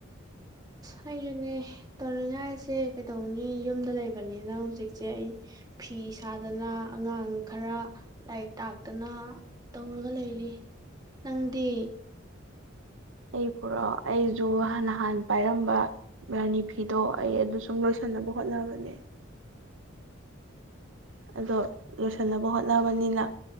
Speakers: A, on the right (about 20°); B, on the right (about 75°).
A: ꯍꯥꯏꯖꯅꯦ ꯇꯧꯅꯤꯡꯉꯥꯏꯁꯦ ꯀꯩꯗꯧꯅꯤ ꯌꯨꯝꯗ ꯂꯩꯕꯅꯤꯅ ꯍꯧꯖꯤꯛꯁꯦ ꯑꯩ ꯐꯤ ꯁꯥꯗꯅ ꯑꯉꯥꯡ ꯈꯔ ꯂꯥꯏꯔꯤꯛ ꯇꯥꯛꯇꯅ ꯇꯧꯔꯒ ꯂꯩꯔꯤ ꯅꯪꯗꯤ
B: ꯑꯩ ꯄꯨꯔꯛꯑꯣ ꯑꯩꯁꯨ ꯍꯥꯟꯅ ꯍꯥꯟ ꯄꯥꯏꯔꯝꯕ ꯔꯥꯅꯤ ꯐꯤꯗꯣ ꯑꯩ ꯑꯗꯨ ꯁꯨꯝ ꯂꯣꯏꯁꯤꯟꯅꯕ ꯍꯣꯠꯅꯕꯅꯦ ꯑꯗꯣ ꯂꯣꯏꯁꯤꯟꯅꯕ ꯍꯣꯠꯅꯕꯅꯤꯅ